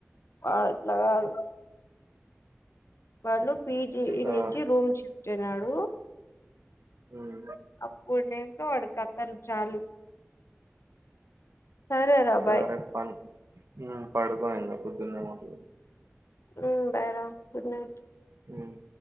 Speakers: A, on the left; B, on the right.
A: వాడ్ అట్లాగాదు. వాళ్ళు పీజీ
B: సార్
A: నుంచి రూమ్ షిఫ్ట్ అయినడు.
B: ఉమ్
A: అప్పుడు నీతో వాడి కథాలు చాలు. సరే రా
B: సరే
A: బాయ్
B: పం, ఉమ్ పడుకో ఇగా పొద్దున్నే <unintelligible>
A: ఉమ్ బాయ్ రా గుడ్ నైట్.
B: ఉమ్